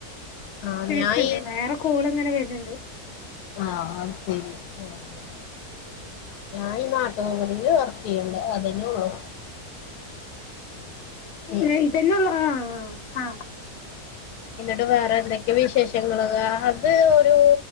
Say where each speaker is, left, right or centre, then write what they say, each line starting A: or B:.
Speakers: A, on the left; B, on the left.
A: ആ
B: കേക്ക്ണ്ട്,
A: ഞാൻ ഈ
B: വേറെ കോള് ങ്ങനെ വെര്ന്ണ്ട്.
A: ആഹ്, അത് സെരി. ആഹ് ഞാന് ഈ നാട്ടുവിപണിയില് വർക്ക് ചെയ്യണ്ട്. അതെന്നെ ഒള്ളു. ഉള്ളു
B: ഏ.. ! ഇതെന്നെള്ളൂ? ആഹ്, ആ. ആഹ്
A: ഇന്നട്ട് വേറെ എന്തൊക്കെ വിശേഷങ്ങള്? അത് ഒരു